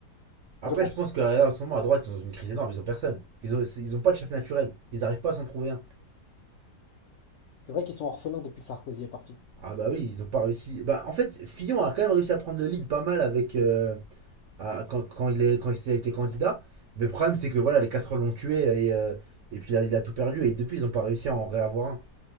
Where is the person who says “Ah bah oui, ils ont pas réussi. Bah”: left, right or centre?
Right